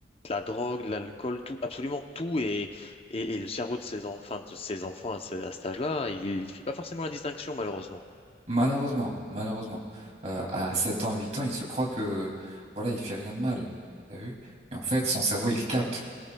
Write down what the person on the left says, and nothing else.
la drogue, de l'alcool, tout, absolument tout. Et, et, et le cerveau de ces, en- enfin, de ces enfants à, ce- à cet âge-là, il ne fait pas forcément la distinction, malheureusement.